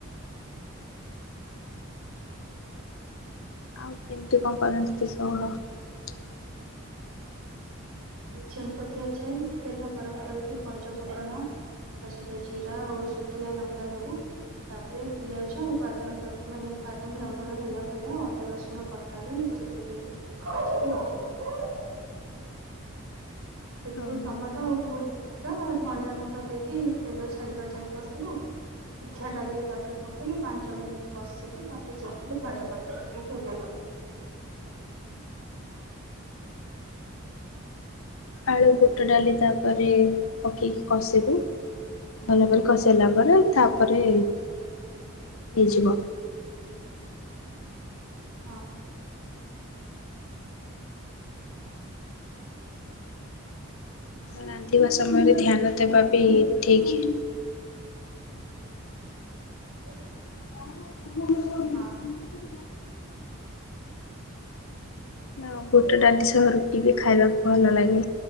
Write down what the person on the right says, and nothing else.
ଛେଙ୍କ ଦିଆଯାଏ ତେଲ ଗରମ କରିକି ପଞ୍ଚ ଫୁଟଣ ତା ସହିତ ଜିରା ଓ ଶୁଖିଲା ଲଙ୍କା ଦବୁ ତାପରେ ପିଆଜ ଆଉ ବାଦାମ ମାନେ ବାଦାମ ରଙ୍ଗର ହେଲା ଭଳିଆ ଅଦା ରସୁଣ ପଟା ବି ଯେତେବେଲେ ଭାଝିକି ରଖିବେ। ସେଥିରେ
ଟମାଟୋ ଆଉ ଲଙ୍କା ଧଣିଆ ଗୁଣ୍ଡ ଦେଇକି ତେଲ ଛାଡିବା ଯାଏ କଷିବେ ସିଝା ଡାଲି ତାପରେ ପକେଇକି ପାଞ୍ଚ ମିନିଟ କଷିକି ତାପରେ ସେ ଧଣିଆ ପତ୍ର ପକେଇକି ଓଲ୍ହେଇଵେ। <inaudible>
ହଁ।
<inaudible>
ହଁ
ଆଉ